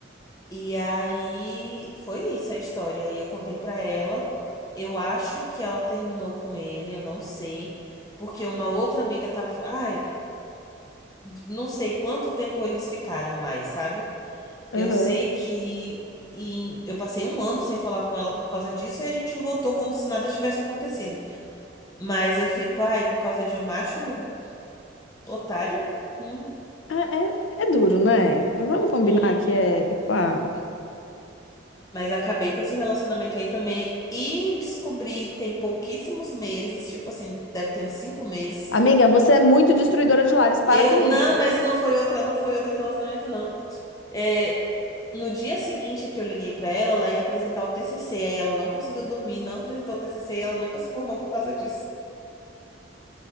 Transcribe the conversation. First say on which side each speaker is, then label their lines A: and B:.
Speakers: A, on the left; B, on the left.
A: E aí foi isso a história. Aí eu contei pra ela. Eu acho que ela terminou com ele, eu não sei, porque uma outra amiga tava, ai, não sei quanto tempo eles ficaram mais, sabe?
B: Uhum.
A: Eu sei que em- eu passei um ano sem falar com ela por causa disso, e a gente voltou como se nada tivesse acontecido. Mas eu fico, ai, por causa de um macho otário? Hum,
B: É, é- é duro, né? Vamos combinar
A: uhum.
B: que é. pá.
A: Mas acabei com esse relacionamento aí também e descobri tem pouquíssimos meses, tipo assim, deve ter uns cinco meses.
B: Amiga, você é muito destruidora de lares, para
A: Eu,
B: com isso.
A: não, mas não foi outra, não foi outro relacionamento, não. É, no dia seguinte que eu liguei pra ela, ela ia apresentar o TCC, aí ela não conseguiu dormir, não apresentou o TCC, e ela nunca se formou por causa disso.